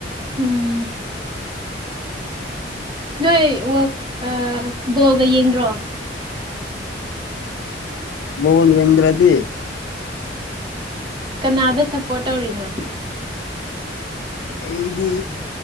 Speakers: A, on the right; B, on the left.
A: ꯎꯝ ꯅꯣꯏ ꯋꯥꯜ ꯑꯥ ꯕꯣꯜꯒ ꯌꯦꯡꯗ꯭ꯔꯣ
B: ꯕꯣꯜ ꯌꯦꯡꯗ꯭ꯔꯗꯤ
A: ꯀꯅꯥꯗ ꯁꯞꯄꯣꯔꯠ ꯇꯧꯔꯤꯅꯣ
B: ꯑꯩꯗꯤ